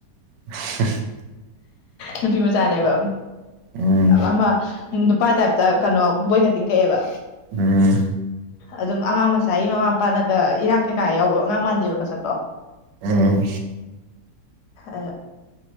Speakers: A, on the right; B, on the left.
A: <unintelligible>
B: ꯅꯨꯄꯤ ꯃꯆꯥꯅꯦꯕ
A: ꯎꯝ
B: ꯑꯃ ꯅꯨꯄꯥ ꯇꯥꯏꯞꯇ ꯀꯩꯅꯣ ꯕꯣꯏ ꯀꯇꯤꯡ ꯀꯛꯑꯦꯕ
A: ꯎꯝ
B: ꯑꯗꯨꯝ ꯑꯉꯥꯡ ꯃꯆꯥꯒꯤ ꯃꯃꯥ ꯃꯄꯥꯅꯒ ꯏꯔꯥꯡ ꯀꯩꯀꯥ ꯌꯥꯎꯕ ꯑꯉꯥꯡ ꯃꯥꯟꯗꯦꯕ ꯃꯁꯛꯇꯣ
A: ꯎꯝ
B: ꯑ